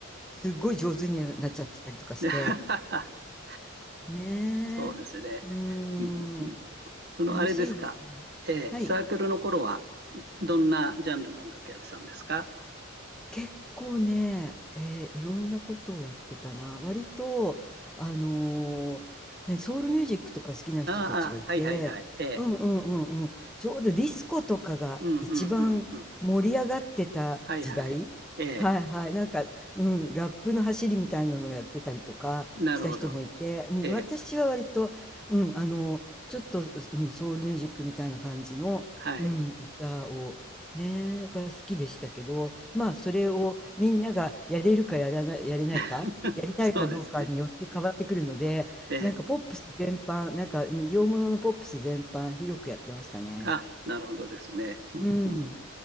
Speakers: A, in the centre; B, on the right.
A: すっごい上手になっちゃってたりとかして。
B: で <laughs>
A: ねえ。
B: そうですね。
A: うー
B: うん、うん。
A: ん、
B: そのあれですか。
A: 楽しいですよね。
B: ええ、
A: はい。
B: サークルの頃はどんなジャンルの音楽やってたんですか
A: 結構ね、えーいろんなことをやってたな。割と、あのーね、ソウルミュージックとか好きな人たちがいて、
B: ああ、ああはいはいはい。ええ、
A: うんうんうんうん。ちょうどディスコとかが一番盛り上がってた時代。
B: うん、うん、うん、うん。はいはい。ええ、
A: はいはい。なんか、うん、ラップの走りみたいなのをやってたりとかした人もいて、
B: なるほど。
A: うん、
B: ええ、
A: 私は割と、うん、あの、ちょっと、うん、ソウルミュージックみたいな感じの、
B: はい。
A: うん、歌をねえ、が好きでしたけど、まあそれをみんながやれるかやらない、やれないか、
B: <laughs>
A: やりたいかどうかによって変わってくるので、
B: そうですね。ええ、
A: なんかポップス全般、なんかうん洋物のポップス全般広くやってましたね。
B: あ、なるほどですね。うんうん、
A: うん。